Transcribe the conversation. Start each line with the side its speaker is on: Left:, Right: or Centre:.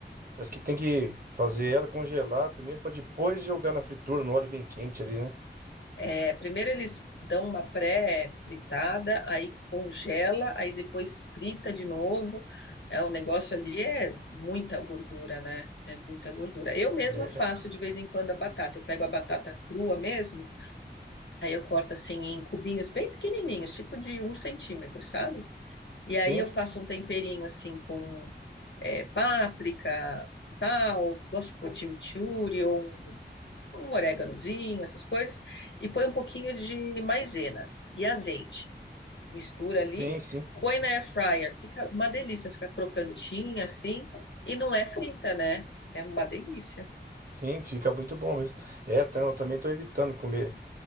Right: Parece que tem que fazer ela congelar primeiro para depois jogar na fritura, no óleo bem quente ali, né?
Left: É, primeiro eles dão uma pré-fritada, aí congela, aí depois frita de novo. É, o negócio ali é muita gordura, né? É muita gordura. Eu mesma
Right: Ver-
Left: faço
Right: é,
Left: de vez em quando a batata. Eu pego a batata crua mesmo, aí eu corto assim em cubinhos bem pequenininhos, tipo de um centímetro, sabe? E
Right: Sim,
Left: aí eu faço um temperinho assim com é, páprica, sal, gosto de pôr chimichurri ou um um oréganozinho, essas coisas, e põe um pouquinho de maisena e azeite. Mistura ali,
Right: sim, sim.
Left: põe na air fryer, fica uma delícia, fica crocantinha assim, e não é frita, né? É uma delícia.
Right: Sim, fica muito bom mesmo. É, tam- eu também tô evitando comer.